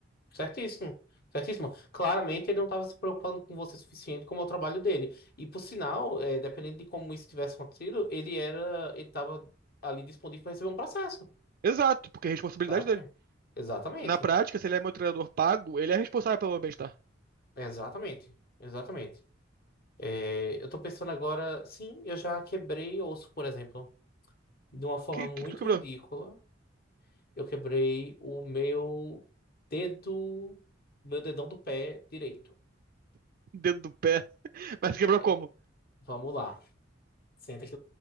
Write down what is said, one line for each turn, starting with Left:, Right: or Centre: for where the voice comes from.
Left: Certíssimo. Certíssimo. Claramente ele não estava se preocupando com você o suficiente como é o trabalho dele. E por sinal, é, dependendo de como isso tivesse acontecido, ele era, ele estava ali disponível para receber um processo,
Right: exato, porque é responsabilidade
Left: sabe?
Right: dele.
Left: Exatamente.
Right: Na prática, se ele é meu treinador pago, ele é responsável pelo meu bem-estar.
Left: Exatamente. Exatamente. É, eu tô pensando agora, sim, eu já quebrei osso, por exemplo, de uma forma
Right: O que,
Left: muito
Right: que que tu quebrou?
Left: ridícula. Eu quebrei o meu dedo, meu dedão do pé direito.
Right: Dedo do pé. <laughs> Mas quebrou
Left: É,
Right: como?
Left: vamos lá. Senta que.